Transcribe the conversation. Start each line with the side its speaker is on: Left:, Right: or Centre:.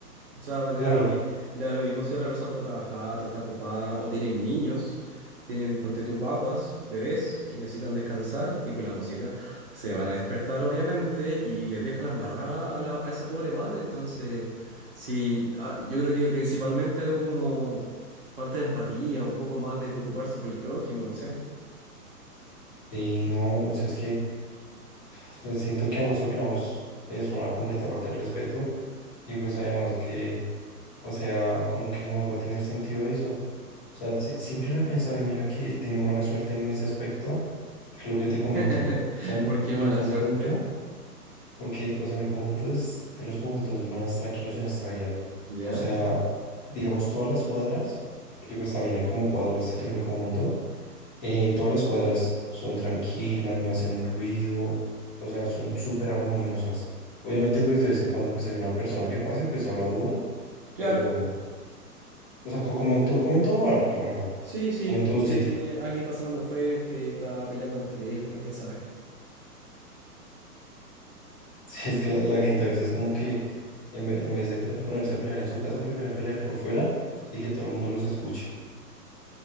Right: O sea, le
Left: Claro,
Right: da lo, mi- le da lo mismo si otra persona está trabajada, está ocupada, o tienen niños, tienen, ponte tú, guaguas, bebés que necesitan descansar y con la música se van a despertar, obviamente, y les deja la embarrada a, la- a esa pobre madre. Entonces, sí, ah, yo creo que principalmente algo como falta de empatía, un poco más de preocuparse por el prójimo, no sé.
Left: y no, o sea, es que o sea, siento que ambos opinamos que es una completa falta de respeto y pues además que, o sea, como que jamás va a tener sentido eso. O sea, si- siempre lo he pensado y mira que he tenido mala suerte en ese aspecto, porque lo que te comento,
Right: <laughs>
Left: o sea, mi,
Right: ¿Por qué
Left: mi
Right: mala
Left: conjunto,
Right: suerte?
Left: porque, o sea, mi conjunto es de los conjuntos más tranquilos en esta vida.
Right: ¿Ya?
Left: O sea, digamos todas las cuadras, porque pues también hay como cuadras dentro de mi conjunto Eh, todas las cuadras son tranquilas, no hacen ruido, o sea, son súper armoniosas. Obviamente,
Right: O sea,
Left: pues de vez en cuando pues hay una persona que pase, pues habla duro,
Right: Claro.
Left: pero, o sea, co- como en todo, como en todo barrio, la verdad,
Right: Sí, sí,
Left: como en todo
Right: eh,
Left: sitio. <laughs>
Right: alguien pasa hablando fuerte, está peleando por teléfono, quién sabe.
Left: Si es que la, la gente a veces como que en, ve- en vez de pe- ponerse a pelear en su casa, prefieren pelear por fuera y que todo el mundo los escuche.